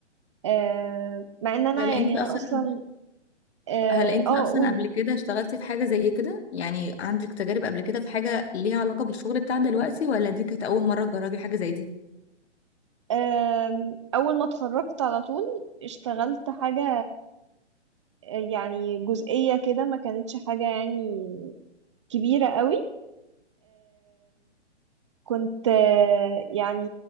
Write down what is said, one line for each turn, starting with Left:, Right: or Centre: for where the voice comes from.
Right: آم، مع إن أنا
Left: هل انتي
Right: يعني أنا
Left: اصلا
Right: أصلا آه
Left: هل انت
Right: آه،
Left: اصلا
Right: قولي
Left: قبل كده اشتغلتي في حاجة زي كده يعني عندك تجارب قبل كده في حاجة ليها علاقة بالشغل بتاع دلوقتي ولا دي كانت اول مرة تجربي حاجة زي دي
Right: آم، أول ما اتخرجت على طول اشتغلت حاجة آه، يعني جزئية كده ما كانتش حاجة يعني كبيرة قوي كنت آه، يعني